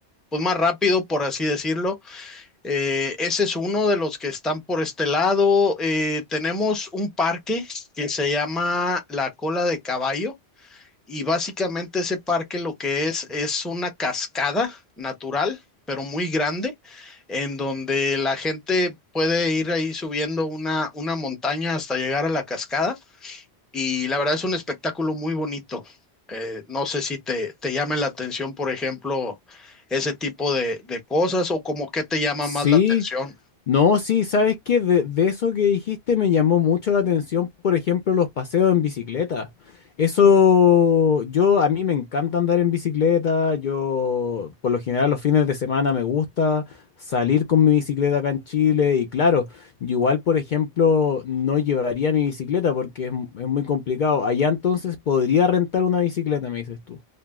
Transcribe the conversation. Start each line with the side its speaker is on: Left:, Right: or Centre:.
Centre: pues más rápido, por así decirlo. Eh, ese es uno de los que están por este lado. Eh, tenemos un parque que se llama La Cola de Caballo. Y básicamente ese parque lo que es es una cascada natural, pero muy grande, en donde la gente puede ir ahí subiendo una, una montaña hasta llegar a la cascada. Y la verdad es un espectáculo muy bonito. Eh, no sé si te, te llame la atención, por ejemplo, ese tipo de, de cosas o como qué te llama
Left: Sí,
Centre: más la atención.
Left: No, sí, ¿sabes qué? De, de eso que dijiste me llamó mucho la atención, por ejemplo, los paseos en bicicleta. Eso, yo, a mí me encanta andar en bicicleta, yo, por lo general, los fines de semana me gusta salir con mi bicicleta acá en Chile y claro, yo igual, por ejemplo, no llevaría mi bicicleta porque es, es muy complicado. Allá entonces podría rentar una bicicleta, me dices tú.